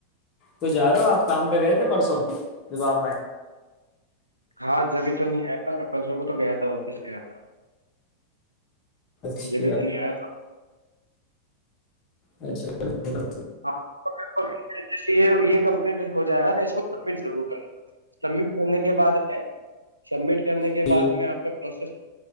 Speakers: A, on the left (about 35°); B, on the right (about 80°).
A: ک جا رہا ہو آپ کام پہ گئے تھے پرسوں جب آپ آئے
B: ہاں جبھی سا نہیں آیا تھا میں پسوں کو تو گیا تھا آفس گیا تھا
A: اچھا
B: جبھی تو نہیں آیا تھا
A: اچھاچ
B: ہاں یہ یہ کمپلیٹ ہو جائے گا نا اس کو سبمٹ ضرور کر سبمٹ کرنے کے بعد سبمٹ کرنے کے
A: جی
B: بد میں آپ کو پروسس